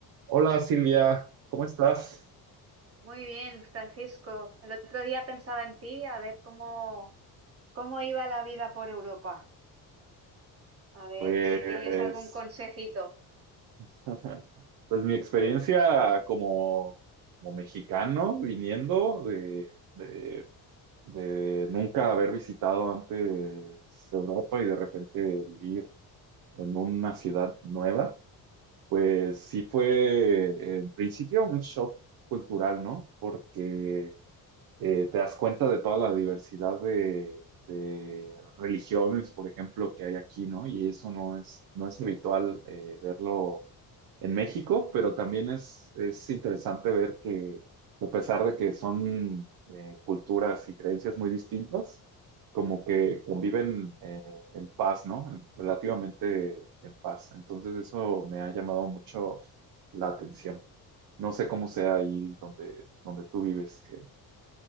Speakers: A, on the right (about 60°); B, on the right (about 35°).
A: Hola Silvia, ¿cómo estás?
B: Muy bien, Francisco. El otro día pensaba en ti, a ver cómo, cómo iba la vida por Europa. A ver
A: Pues,
B: si querías algún consejito.
A: <laughs> pues mi experiencia como, como mexicano viniendo de, de- de nunca haber visitado antes Europa y de repente vivir en una ciudad nueva, pues sí fue en principio un shock cultural, ¿no? Porque eh, te das cuenta de toda la diversidad de, de religiones, por ejemplo, que hay aquí, ¿no? Y eso no es, no es habitual eh, verlo en México, pero también es, es interesante ver que a pesar de que son eh, culturas y creencias muy distintas, como que conviven eh, en paz, ¿no? Relativamente en paz. Entonces eso me ha llamado mucho la atención. No sé cómo sea ahí donde, donde tú vives que,